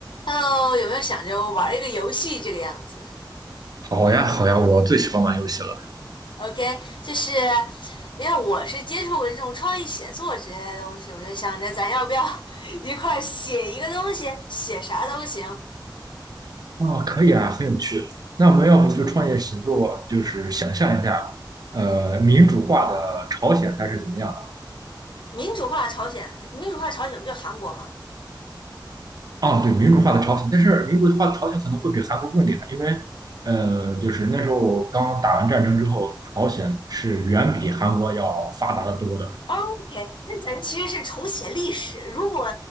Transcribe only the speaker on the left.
Hello，有没有想着玩一个游戏这个样子
？OK，就是因为我是接触过这种创意写作之类的东西，我就想着咱要不要 <laughs> 一块儿写一个东西，写啥都行。
民主化朝鲜，民主化朝鲜不就韩国吗
？OK，那咱其实是重写历史。如果